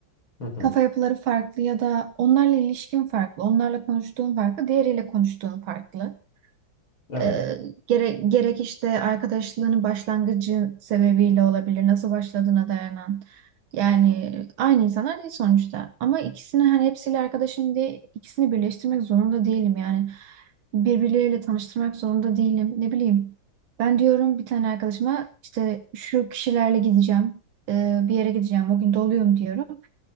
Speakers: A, on the left; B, on the right.
A: Hı hı.
B: Kafa yapıları farklı ya da onlarla ilişkin farklı, onlarla konuştuğun farklı, diğeriyle konuştuğun farklı.
A: Evet.
B: E, gere- gerek işte arkadaşlığının başlangıcı sebebiyle olabilir, nasıl başladığına dayanan. Yani aynı insanlar değil sonuçta. Ama ikisini hani hepsiyle arkadaşım diye ikisini birleştirmek zorunda değilim. Yani birbirleriyle tanıştırmak zorunda değilim. Ne bileyim. Ben diyorum bir tane arkadaşıma işte şu kişilerle gideceğim. e, bir yere gideceğim. O gün doluyum diyorum.